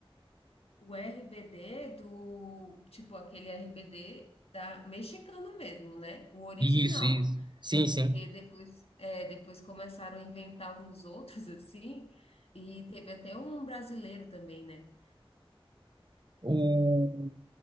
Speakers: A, on the left (about 85°); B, on the right (about 50°).
A: o RBD do, tipo, aquele RBD da mexicano mesmo, né? O original.
B: isso, isso. Sim, sim.
A: Porque depois, é, depois começaram a inventar uns outros <laughs> assim, e teve até um brasileiro também, né?
B: O...